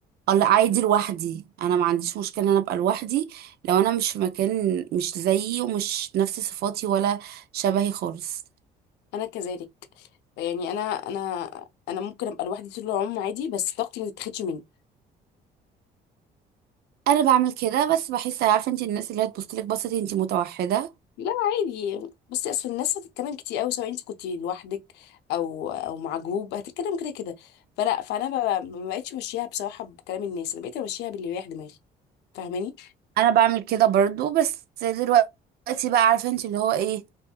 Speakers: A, on the right; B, on the left.
A: اه لا عادي لوحدي انا ما عنديش مشكله ان انا ابقى لوحدي لو انا مش في مكان مش زيي ومش نفس صفاتي ولا شبهي خالص
B: أنا كذلك يعني أنا أنا أنا ممكن أبقى لوحدي طول العمر عادي بس طاقتي ما تتاخدش مني
A: انا بعمل كده بس بحس عارفه انت الناس اللي هي تبص لك بصتي انت متوحده
B: لا عادي بصي اصل الناس هتتكلم كتير قوي سواء انت كنت لوحدك او او مع جروب هتتكلم كده كده فلا فانا ما ما بقتش ماشيها بصراحه بكلام الناس انا بقيت ماشيها باللي يريح دماغي فاهماني
A: انا بعمل كده برضو بس دلوقتي بقى عارفه انت اللي هو ايه